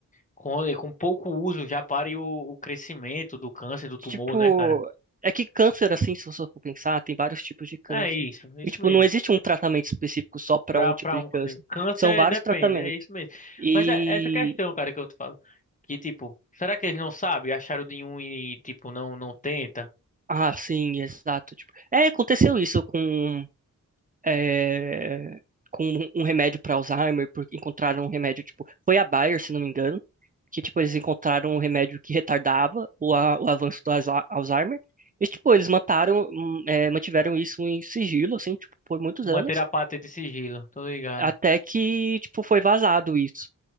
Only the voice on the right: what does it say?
tipo,
é que câncer, assim, se você for pensar, tem vários tipos de câncer.
E, tipo,
não existe um tratamento específico só para
um
tipo de
câncer.
São vários
tratamentos.
E,
ah, sim, exato. Tipo, é, aconteceu isso com é, com um um remédio para Alzheimer, porque encontraram um remédio, tipo, foi a Bayer, se não me engano, que, tipo, eles encontraram um remédio que retardava o, a- o avanço do Alza- Alzheimer. E, tipo, eles mataram, hum, é, mantiveram isso em sigilo, assim, tipo, por muitos
anos,
até que, tipo, foi vazado isso.